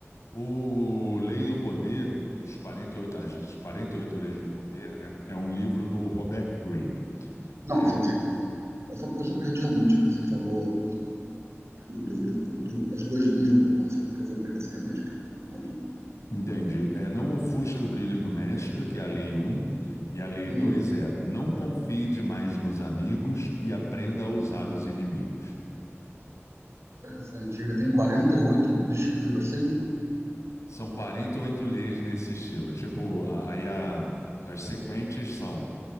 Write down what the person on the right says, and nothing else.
Não,
sim, sim. Eu só, eu só perdi realmente o que você falou do, do- do- do- das duas linhas do prefácio, porque eu fui pegar esse remédio aqui do Claudinho.
Hum,
interessante. Ele tem 48 descritas assim?